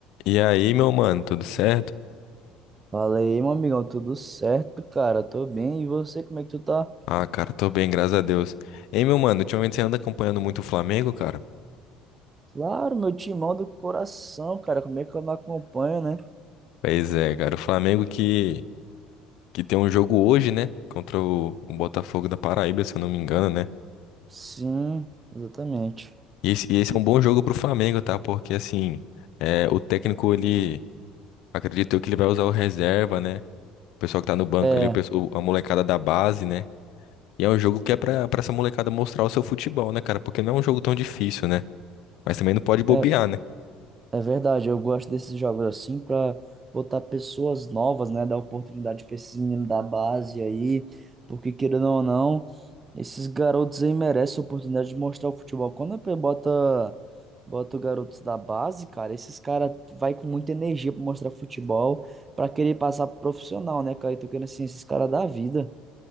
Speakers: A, on the left (about 70°); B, on the right (about 30°).
A: E aí, meu mano, tudo certo?
B: Fala aí, meu amigão, tudo certo, cara? Tô bem. E você, como é que tu tá?
A: Ah, cara, tô bem, graças a Deus. Ei, meu mano, ultimamente você anda acompanhando muito o Flamengo, cara?
B: Claro, meu timão do coração, cara. Como é que eu não acompanho, né?
A: Pois é, cara, o Flamengo que, que tem um jogo hoje, né? Contra o, o Botafogo da Paraíba, se eu não me engano, né?
B: Sim, exatamente.
A: E esse, e esse é um bom jogo pro Flamengo, tá? Porque, assim, é, o técnico, ele, acredito eu que ele vai usar o reserva, né? O pessoal que tá no banco
B: É,
A: ali, o, pessoal- a molecada da base, né? E é um jogo que é pra, pra essa molecada mostrar o seu futebol, né, cara? Porque não é um jogo tão difícil, né? Mas também não pode bobear,
B: é.
A: né?
B: É verdade, eu gosto desses jogos assim para botar pessoas novas, né? Dar oportunidade para esses meninos da base aí, porque querendo ou não, esses garotos aí merecem a oportunidade de mostrar o futebol. Quando a P bota bota os garotos da base, cara, esses caras vai com muita energia para mostrar futebol, para querer passar pro profissional, né, cara? Então, querendo assim, esses caras da vida.